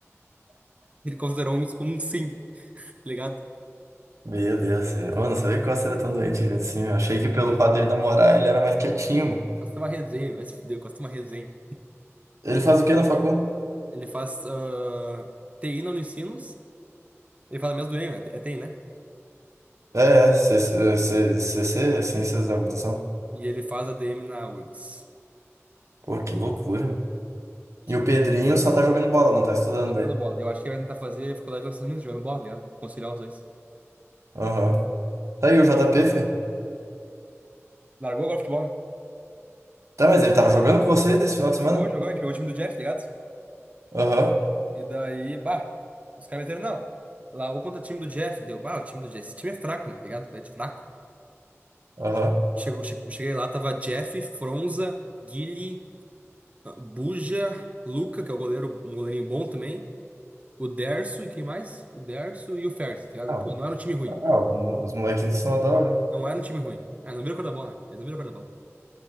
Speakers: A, on the right (about 30°); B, on the right (about 80°).
A: Ele considerou isso como um sim, tá ligado?
B: Meu Deus, eu não sabia que o Costa era tão doente, gente, assim. Eu achei que pelo fato dele namorar, ele era mais quietinho. meu.
A: Costa é uma resenha, vai se fuder, Costa é uma resenha.
B: Ele faz o que na facu?
A: Ele faz ah, TI na Unicinos, ele faz a mesma do EM, é TI, né?
B: É, é, C- C- C- Ciências da Computação.
A: E ele faz a ADM na URGS.
B: Pô, que loucura. meu. E
A: Sim.
B: o Pedrinho só tá jogando bola, não tá estudando
A: Tô jogando
B: daí.
A: bola. Eu acho que ele vai tentar fazer faculdade nos Estados Unidos, jogando bola, tá ligado? Conciliar os dois.
B: Aham. Tá aí o JP, filho?
A: Largou agora o futebol, né?
B: Tá, mas ele tava jogando com vocês esse final de semana?
A: Jogou, jogou, a gente pegou o time do Jeff, tá ligado?
B: Aham,
A: E daí, bah, os caras disseram, não. Lá, ou contra o time do Jeff, deu, bah, o time do Jeff, esse time é fraco, meu, tá ligado? É de fraco.
B: aham.
A: Che- Chegou, che- cheguei lá, tava Jeff, Fronza, Guile, ah, Buja, Luca, que é o goleiro, um goleirinho bom também. O Derso e quem mais? O Derso e o Ferdi, tá ligado?
B: Ah,
A: Pô, não era um time ruim.
B: ah, os molequinhos do sinal da aula.
A: Não era um time ruim. Ah, não viram a cor da bola, né? Eles não viram a cor da bola.